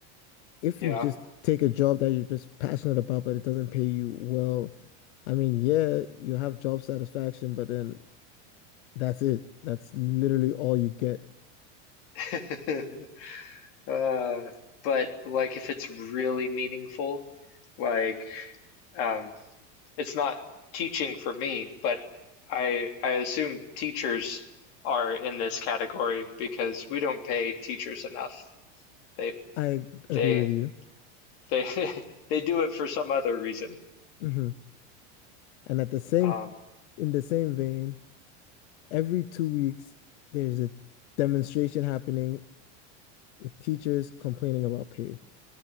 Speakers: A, on the left (about 85°); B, on the left (about 55°).
A: if
B: Yeah.
A: you just take a job that you're just passionate about, but it doesn't pay you well, I mean, yeah, you have job satisfaction, but then that's it. That's literally all you get.
B: <laughs> uh, but like if it's really meaningful, like um, it's not teaching for me, but I I assume teachers are in this category because we don't pay teachers enough. They
A: I agree
B: They
A: with you.
B: they <laughs> they do it for some other reason.
A: hmm And at the same,
B: Um,
A: in the same vein, every two weeks, there's a demonstration happening with teachers complaining about pay.